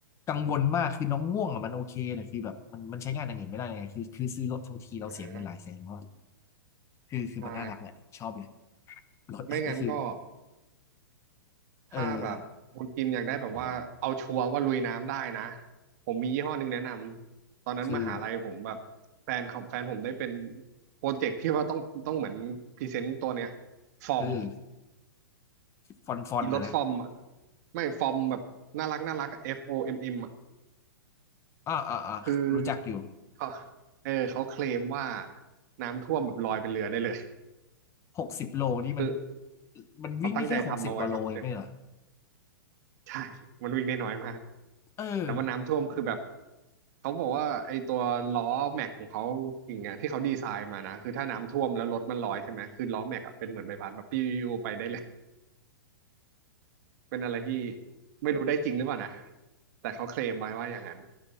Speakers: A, on the left; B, on the right.
A: กังวลมากคือน้องง่วงอ่ะมันโอเคนะคือแบบมันมันใช้งานอย่างอื่นไม่ได้เลยไงคือคือซื้อรถทั้งทีเราเสียเงินหลายแสนแล้ว
B: อ่า
A: คือคือมันน่ารักแหละชอบเลย
B: ใช่
A: รถ <laughs>
B: ไม่งั้นก็
A: แต่คือ
B: ถ้าแบบคุณพิมพ์อยากได้แบบว่าเอาชัวร์ว่าลุยน้ำได้นะ
A: เออ
B: ผมมียี่ห้อหนึ่งแนะนำตอนนั้นมหาลัยผมแบบแฟนของแฟนผมได้เป็น
A: คือ
B: โปรเจกต์ที่ว่าต้องต้องเหมือนพรีเซนต์ตัวเนี้ยฟอร์ม
A: คือฟอนฟอนนะนะ
B: อีรถฟอร์มอะไม่ฟอร์มแบบน่ารักน่ารักอะ F O M M อะ
A: อ่าอ่าอ่ารู้จักอยู่
B: คือเขาเออเขาเคลมว่าน้ำท่วมแบบลอยเป็นเรือได้เลย
A: หกสิบโลนี่มัน
B: เออ
A: มันวิ่งได้แค่หกสิบกว่าโลเองไม่เหรอ
B: เขาตั้งใจทำมาไว้แบบอย่างใช่มันวิ่งได้น้อยมาก
A: เออ
B: แต่ว่าน้ำท่วมคือแบบเขาบอกว่าไอ้ตัวล้อแม็กของเขาอย่างเงี้ยที่เขาดีไซน์มานะคือถ้าน้ำท่วมแล้วรถมันลอยใช่ไหมคือล้อแม็กอะเป็นเหมือนใบพัดแบบปิ้วไปได้เลยเป็นอะไรที่ไม่รู้ได้จริงหรือเปล่านะแต่เขาเคลมไว้ว่าอย่างนั้น